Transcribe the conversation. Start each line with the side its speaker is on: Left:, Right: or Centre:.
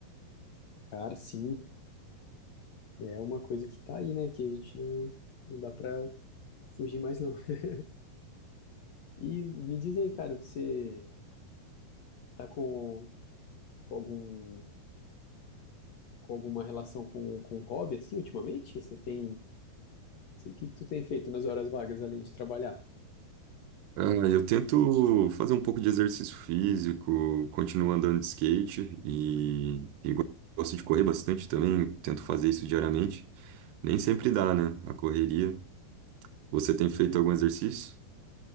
Left: Cara, sim, é uma coisa que tá aí, né, que a gente não, não dá pra fugir mais, não. <laughs> E me diz aí, cara, você tá com, com algum com alguma relação com, com um hobby, assim, ultimamente? Você tem... O que que tu tem feito nas horas vagas, além de trabalhar?
Right: Ah, eu tento fazer um pouco de exercício físico, continuo andando de skate e gosto de correr bastante também, tento fazer isso diariamente. Nem sempre dá, né? A correria. Você tem feito algum exercício?